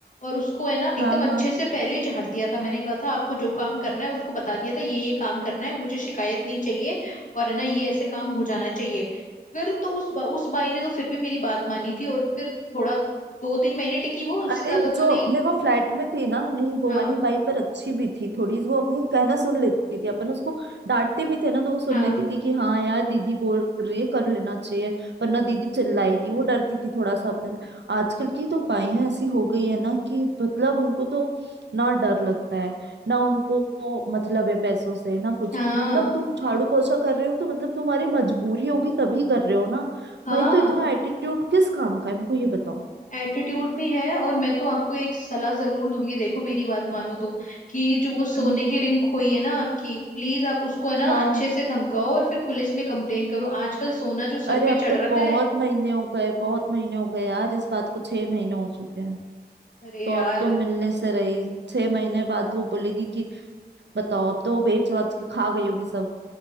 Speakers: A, on the left; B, on the right.
A: और उसको है ना एकदम
B: हाँ
A: अच्छे
B: हाँ
A: से पहले झाड़ दिया था मैंने कहा था आपको जो काम करना है उसको बता दिया था ये ये काम करना है मुझे शिकायत नहीं चाहिए और है ना ये ऐसे काम हो जाना चाहिए फिर तो उस बा, उस बाई ने तो फिर भी मेरी बात मानी थी और फिर थोड़ा दो तीन महीने टिकी वो उससे
B: अरे
A: ज्यादा तो
B: जो
A: नहीं
B: अपने वो फ्लैट में थी ना नहीं वो
A: हाँ
B: वाली बाई पर अच्छी भी थी थोड़ी वो अपनी कहना सुन लेती थी अपन उसको डांटते भी थे ना तो वो सुन
A: हाँ
B: लेती थी कि हाँ यार दीदी बोल रही है कर लेना चाहिए वरना दीदी चिल्लाएगी वो डरती थी थोड़ा सा अपने से आजकल की तो बाइयां ऐसी हो गई है ना कि मतलब उनको तो ना डर लगता है ना उनको वो मतलब है पैसों से ना कुछ
A: हाँ
B: मतलब तुम झाड़ू पोछा कर रहे हो तो मतलब तुम्हारी मजबूरी होगी तभी कर रहे हो ना
A: हाँ
B: भाई तो इतना एटीट्यूड किस काम का है मेरे को ये बताओ
A: एटीट्यूड भी है और मैं तो आपको एक सलाह जरूर दूंगी देखो मेरी बात मानो तो कि जो वो सोने
B: हम्म
A: की
B: हम्म
A: रिंग खोई है ना आपकी प्लीज आप उसको है ना
B: हाँ
A: अच्छे से धमकाओ और फिर पुलिस में कंप्लेन करो आजकल सोना जो सर
B: अरे
A: पे
B: अब
A: चढ़
B: तो
A: रखा
B: बहुत
A: है
B: महीने हो गए बहुत महीने हो गए यार इस बात को छह महीने हो चुके हैं
A: अरे
B: तो
A: यार
B: अब तो मिलने से रही छह महीने बाद वो बोलेगी कि बताओ अब तो वो बेच वाच के खा गई होगी सब